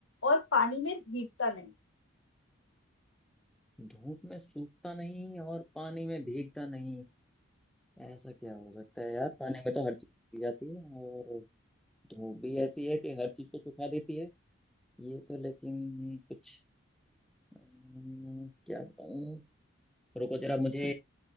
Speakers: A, on the left; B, in the centre.
A: और पानी में भीगता नहीं
B: धूप में सूखता नहीं और पानी में भीगता नहीं ऐसा क्या हो सकता है यार पानी में तो हर चीज जाती है और धूप भी ऐसी है कि हर चीज को सुखा देती है ये तो लेकिन कुछ अम, क्या बताऊं रुको जरा मुझे